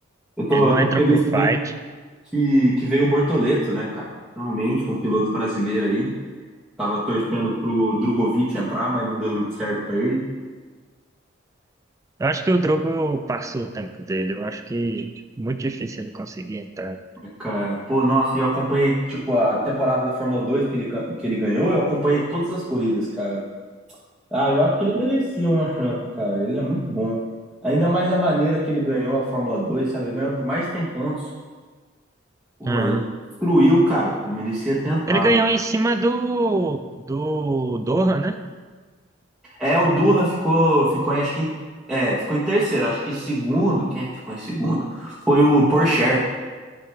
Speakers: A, in the centre; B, on the right.
A: Eu tô,
B: Ele
A: eu
B: não
A: tô
B: entra
A: feliz
B: pro fight.
A: também que, que veio o Bortoleto, né, cara? Finalmente, um piloto brasileiro aí. Tava torcendo pro Drogovic entrar, mas não deu muito certo pra ele.
B: Eu acho que o Drogo passou o tempo dele. Eu acho que muito difícil ele conseguir entrar.
A: É, Cara, pô, nossa, eu acompanhei, tipo, a temporada da Fórmula Dois que ele, can- que ele ganhou, eu acompanhei todas as corridas, cara. Ah, eu acho que ele merecia uma chance, cara. Ele é muito bom. Ainda mais a maneira que ele ganhou a Fórmula 2, sabe? Ele ganhou por mais de 100 pontos. Pô,
B: Aham.
A: ele destruiu, cara. Pô, merecia ter entrado.
B: Ele ganhou em cima do, do Doha, né?
A: É, o Durra ficou, ficou em, acho que em- é, ficou em terceiro. Acho que segundo. Quem é que ficou em segundo? Foi o Porsche,